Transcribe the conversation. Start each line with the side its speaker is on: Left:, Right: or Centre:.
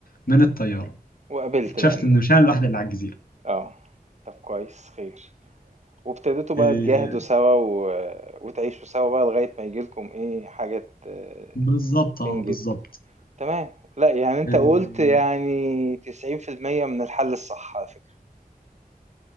Left: من الطياره
Right: وقابلت
Left: اكتشفت
Right: بقى الناس.
Left: ان مش انا الوحيد اللي على الجزيره
Right: آه. طب كويس خير. وابتديتوا بقى
Left: إيه
Right: تجاهدوا سوا و... وتعيشوا سوا بقى لغاية ما ييجي لكم إيه حاجة ت-
Left: بالظبط اه
Right: تنجدكم.
Left: بالظبط
Right: تمام. لأ، يعني أنت
Left: إيه
Right: قُلت يعني 90% من الحل الصح على فكرة.